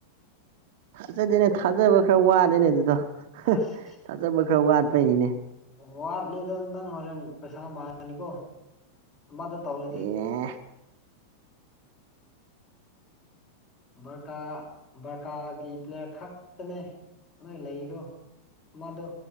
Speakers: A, on the right; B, on the left.
A: ꯊꯥꯖꯗꯦꯅꯦ ꯊꯥꯖꯕ ꯈꯔ ꯋꯥꯂꯦꯅꯦ ꯑꯗꯨꯗꯣ
B: ꯑꯁ
A: ꯊꯥꯖꯕ ꯈꯔ ꯋꯥꯠꯄꯩꯅꯤꯅꯦ
B: ꯋꯥꯠꯂꯤꯗꯣ ꯅꯪ ꯍꯣꯔꯦꯟ ꯄꯩꯁꯥ ꯃꯥꯡꯉꯅꯤꯀꯣ ꯑꯃꯗ ꯇꯧꯔꯗꯤ
A: ꯑꯦ
B: ꯕꯔꯀꯥ ꯕꯔꯀꯥꯒꯤ ꯄ꯭ꯂꯦꯌꯥꯔ ꯈꯛꯇꯅꯦ ꯅꯣꯏ ꯂꯩꯔꯤꯗꯣ ꯃꯗꯨ